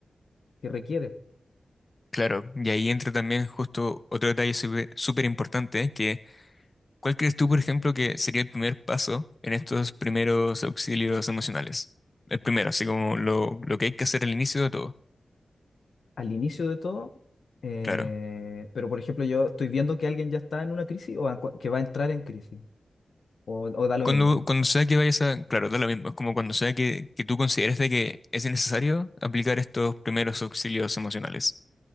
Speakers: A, on the left; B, on the left.
A: que requieres.
B: Claro, y ahí entra también justo otro detalle súper súper importante, que ¿cuál crees tú, por ejemplo, que sería el primer paso en estos primeros auxilios emocionales? El primero, así como lo, lo que hay que hacer al inicio de todo.
A: al inicio de todo, eh,
B: Claro.
A: pero por ejemplo yo estoy viendo que alguien ya está en una crisis o a cu- que va a entrar en crisis, o, o da lo
B: Cuando,
A: mismo.
B: cuando sea que vayas a... Claro, da lo mismo, es como cuando sea que, que tú consideres de que es necesario aplicar estos primeros auxilios emocionales.